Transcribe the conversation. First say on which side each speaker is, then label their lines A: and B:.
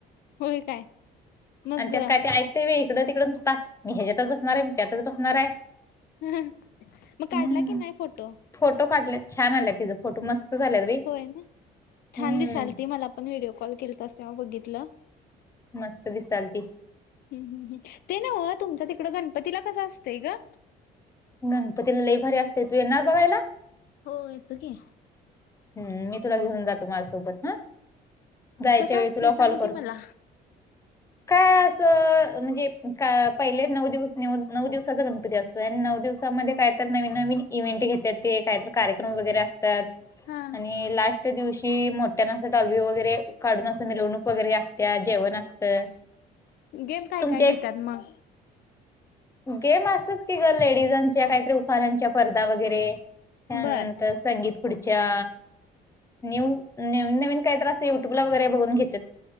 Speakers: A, on the left; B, on the left.
A: होय काय मग
B: आनं त्यात काय ते ऐक ते व्हय इकडं तिकडं नुसता, मी ह्या ज्यातच बसणार आहे, मी त्यातच बसणार आहे.
A: मग
B: हम्म
A: काढला की नाही फोटो?
B: फोटो काढलेत, छान आल्या तिचां फोटो मस्त झाल्यात बाई
A: होय ना, छान
B: हम्म
A: दिसाल ती मला पण व्हिडिओ कॉल केलतास तेव्हा बघितलं.
B: मस्त दिसाल ती.
A: हम् हम हम्म, ते ना व तुमच्या तिकडं गणपतीला कसं असतंय ग?
B: गणपतीला लई भारी असते, तू येणार बघायला?
A: हो येतो की.
B: हम्म, मी तुला घेऊन जातो माझ्यासोबत हा जायच्यावेळी
A: कसं असतंय
B: तुला
A: सांग
B: कॉल करतो.
A: की मला
B: काय असं म्हणजे का पहिले नऊ दिवस न नऊ दिवसाचा गणपती असतो. नऊ दिवसामध्ये काय तर नवीन नवीन इव्हेंट घेतात ते कायत कार्यक्रम वगैरे असतात
A: हा
B: आणि लास्ट दिवशी मोठ्यानं अस डॉल्बी वगैरे काढून असं मिरवणूक वगैरे असत्यात. जेवण असतं.
A: गेम काय
B: तुमच्या
A: काय घेतात
B: एक
A: मग?
B: गेम असच की ग लेडीजांच्या काहीतरी उखाण्यांच्या स्पर्धा वगैरे. त्यानंतर
A: बर
B: संगीत खुर्च्या. न्यू न्यू नवीन काय तर अस युट्यूब ला वगैरे बघून घेतेत.